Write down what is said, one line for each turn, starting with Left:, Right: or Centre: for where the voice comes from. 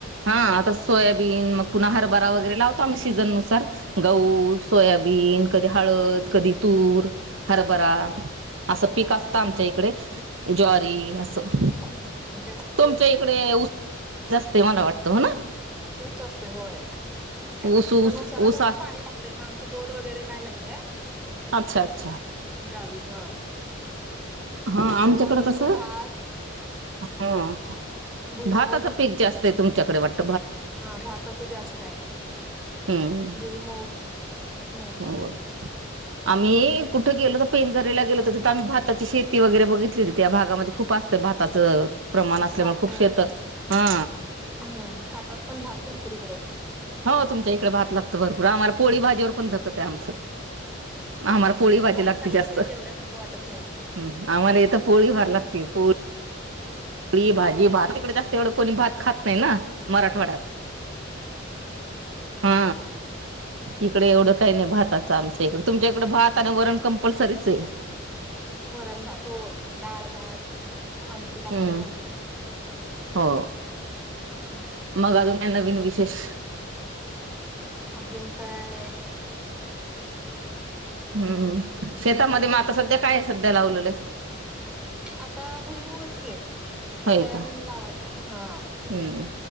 Right: हा आता सोयाबीन मग पुन्हा हरभरा वगैरे लावतो आम्ही सीझननुसार गहू
Centre: हा
Right: सोयाबीन, कधी हळद, कधी तूर. हरभरा.
Centre: हा
Right: अस
Centre: हा
Right: पीक असत
Centre: हा
Right: आमच्या इकडे. ज्वारी अस आस.
Centre: हम्म आमच्या इथं पण
Right: तुमच्या
Centre: तेच आहे
Right: इकडे उऊस जास्त मला वाटत. हो ना.
Centre: ऊस जास्तय. ऊन जास्तय होय
Right: ऊस ऊस
Centre: पण ऊसाला
Right: ऊस
Centre: कस
Right: असत
Centre: पाणी आमच बोर वगैरे काय नाहीय,
Right: अच्छा अच्छा
Centre: गावी हा.
Right: हा
Centre: त्यामुळे
Right: आमच्याकडं
Centre: फक्त
Right: कसं
Centre: भात
Right: ह,
Centre: भुईमुग
Right: भाताच पीक जास्त आहे. तुमच्याकडे वाटत.
Centre: हा भाताच जास्त आहे.
Right: हम्म
Centre: भुईमग हम्म
Right: होय. आम्ही कुठे गेलो तर पेंजेरीला गेलो तिथे आम्ही भाता शेती वगैरे बघितलीती त्या भागामध्य खूप असत भाताच प्रमाण असल्यामुळे
Centre: भात
Right: खूप
Centre: होय
Right: शेतात. हा
Centre: हम्म, खातात पण भात भरपुर इकड.
Right: हो तुमच्या इकडे भात लागत भरपूर आम्हाला पोळी भाजीवर पण धकत आहे आमच. आम्हाला
Centre: आमच्या
Right: पोळी
Centre: इथं
Right: भाजी
Centre: भात
Right: लागती
Centre: खाल्ल्याशिवाय
Right: जास्त्,
Centre: जेवल्यासारखं वाटत नाही.
Right: आम्हाला इथ पोळी फार लागते. पोळी पुळी भाजी भात तिकडे जास्त एवढ कोणी भात खात नाही ना मराठवाड्यात. हा. इकडे एवढ काही नाही भाताच आमच्या इकडे. तुमच्या इकड भात आणि वरण कंपल्सरीच ये.
Centre: वरण भात. हो, डाळ भात. आमटी लागतेच
Right: हम्म
Centre: आमच्या इथ.
Right: हो
Centre: हम्.
Right: मग अजून काही नवीन विशेष.
Centre: अजून काय.
Right: हम्म, शेतामध्ये म आता सध्या काय सध्या लावलेलय.
Centre: आता भुईमुगच की
Right: होय
Centre: सोयाबीन
Right: का
Centre: लावाल्यात. हा.
Right: हम्म